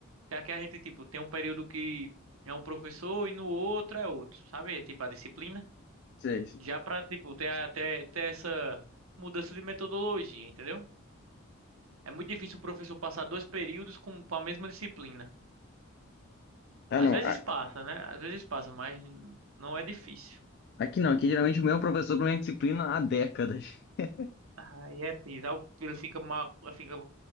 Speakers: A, on the right; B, on the left.
A: Que aqui a gente, tipo, tem um período que é um professor e no outro é outro, sabe? É tipo a disciplina.
B: sei.
A: Já pra, tipo, ter até ter, essa mudança de metodologia, entendeu? É muito difícil o professor passar dois períodos com, com a mesma disciplina.
B: Ah,
A: Às
B: não.
A: vezes
B: a-
A: passa, né? Às vezes passa, mas não é difícil.
B: Aqui não. Aqui geralmente o mesmo professor pra minha disciplina há décadas. <laughs>
A: Aí é pisar, ele fica mal, fica